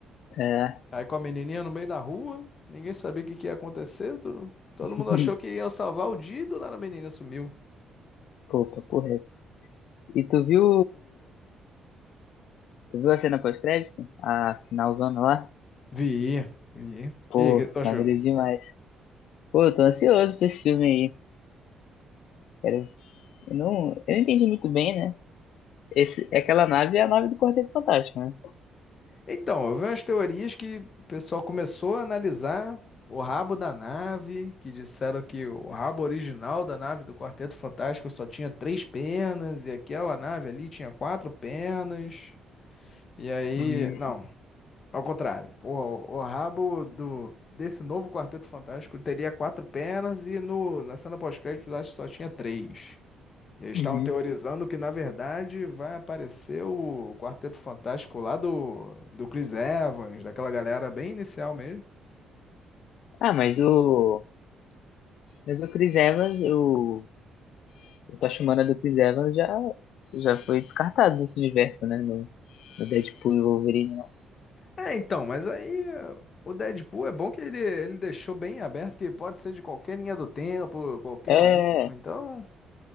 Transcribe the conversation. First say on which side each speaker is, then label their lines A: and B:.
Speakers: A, on the left (about 80°); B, on the left (about 45°).
A: É.
B: Aí com a menininha no meio da rua, ninguém sabia o que que ia acontecer. Todo todo
A: <laughs>
B: mundo achou que ia salvar o dia e do nada a menina sumiu.
A: Pô, papo reto. E tu viu. Tu viu a cena pós-crédito? A finalzona lá?
B: Vi, vi.
A: Pô,
B: E aí, o que tu achou?
A: maneiro demais. Pô, eu tô ansioso pra esse filme aí. Quero- Eu não, eu não entendi muito bem, né? Esse, aquela nave é a nave do Quarteto Fantástico, né?
B: Então, eu vi umas teorias que o pessoal começou a analisar o rabo da nave, que disseram que o rabo original da nave do Quarteto Fantástico só tinha três pernas, e aquela nave ali tinha quatro pernas. E aí,
A: Uhum.
B: não. Ao contrário, o, o rabo do, desse novo Quarteto Fantástico teria quatro pernas e no, na cena pós-crédito lá só tinha três. Eles
A: Uhum.
B: estavam teorizando que, na verdade, vai aparecer o Quarteto Fantástico lá do, do Chris Evans, daquela galera bem inicial mesmo.
A: Ah, mas o. Mas o Chris Evans, o, O Tachumana do Chris Evans já, já foi descartado nesse universo, né? No, no Deadpool e Wolverine, não.
B: É, então, mas aí eh, o Deadpool é bom que ele, ele deixou bem aberto que pode ser de qualquer linha do tempo, qualquer
A: É,
B: um. Então,
A: é,